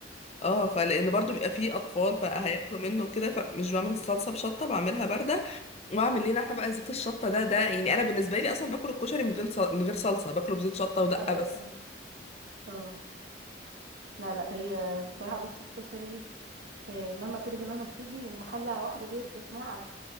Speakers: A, on the left; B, on the right.
A: اه فلان برضو بيبقى فيه اطفال فهياكلوا
B: ايوه
A: منه كده فمش بعمل صلصه بشطه بعملها بارده واعمل لينا احنا بقى زيت الشطه ده ده يعني انا بالنسبه لي اصلا باكل الكشري من غير صل- من غير صلصه باكله بزيت شطه ودقه
B: ايوه
A: بس
B: فهمك اه لا لا هي بصراحة بصي الكشري آه، مهما تروحي مهما تيجي المحلة واحدة ديت دي اسمها عك